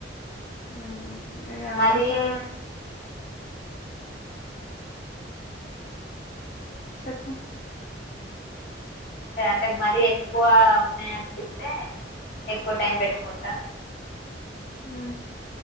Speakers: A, on the left; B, on the left.
A: అ ఇగ
B: మరీ
A: అనవసరమైన వాటికి చెప్పు
B: ఏ అంటే మరీ ఎక్కువ ఉన్నాయి అనిపిస్తే ఎక్కువ టైం పెట్టుకుంటా
A: ఆ